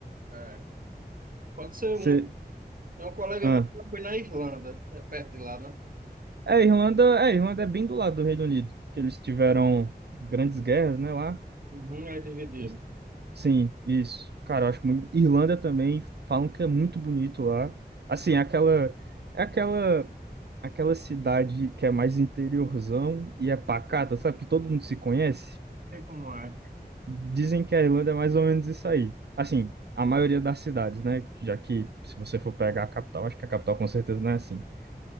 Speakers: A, on the right; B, on the right.
A: É. Pode ser
B: Você,
A: uma. Tem um colega
B: ah.
A: meu que foi na Irlanda, é perto de lá, né?
B: É, Irlanda, é, Irlanda é bem do lado do Reino Unido, que eles tiveram grandes guerras, né, lá.
A: Uhum, é dividido.
B: Eles- Sim, isso. Cara, eu acho muito Irlanda também falam que é muito bonito lá. Assim, é aquela é aquela aquela cidade que é mais interiorzão e é pacata, sabe? Que todo mundo se conhece.
A: Sei como é.
B: Dizem que a Irlanda é mais ou menos isso aí. Assim, a maioria das cidades, né? Já que se você for pegar a capital, acho que a capital com certeza não é assim.